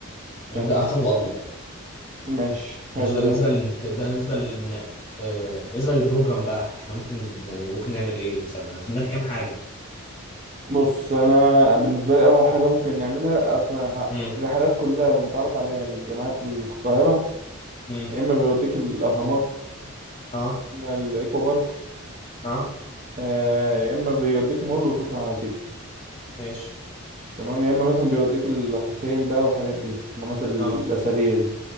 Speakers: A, on the right; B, on the left.
A: تمام
B: شايف ده احسن واضمن
A: ماشي حلو
B: ماشي ده بالنسبه
A: ده
B: لل... ده بالنسبه للنقل آه بالنسبه للبروجرام بقى احنا ممكن يعني ممكن نعمل ايه مثلا أنا في دماغي كام حاجه
A: بص انا بالنسبه لي اول حاجه ممكن نعملها اصلا ه-
B: امم
A: الرحلات كلها لما تعرف عليها للجامعات اللي في القاهره
B: امم
A: يا اما بيوديك الاهرامات
B: اه
A: يا اما الايكو بارك
B: اه
A: آه، يا اما بيوديك مول وشكرا على كده
B: ماشي
A: تمام يا اما مثلا بيوديك الحسين بقى والحاجات دي المناطق الاثريه
B: اه
A: دي